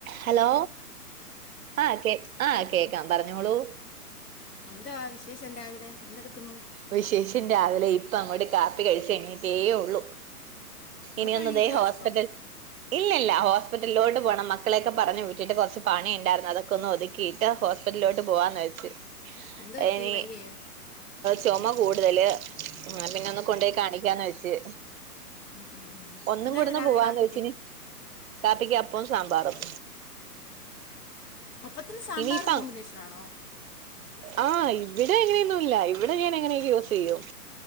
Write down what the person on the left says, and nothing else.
എന്താ വിശേഷം രാവിലെ എന്തെടുക്കുന്നു
ഉറക്കം
എണീറ്റേ ഉള്ളൂ
ഇപ്പം
എന്ത് പറ്റി
വയ്യയോ
ഉം ഉം ഉം
എന്തായിരുന്നു
രാവിലെ
കാപ്പിക്ക്
ഒപ്പത്തിന് സാമ്പാർ
കോമ്പിനേഷൻ ആണോ?